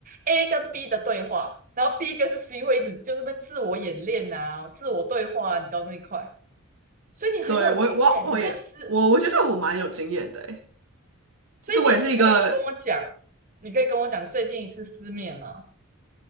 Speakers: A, on the right; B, on the right.
A: A 跟 B 的对话，然后 B 跟 C 会一直就是被自我演练啊，自我对话啊，你知道那一块，所以你很有经验，
B: 对，我也我我也我我觉得我蛮有经验的诶，
A: 你对思。所以你你可以跟我讲，
B: 就是我也是一个，
A: 你可以跟我讲最近一次失眠吗？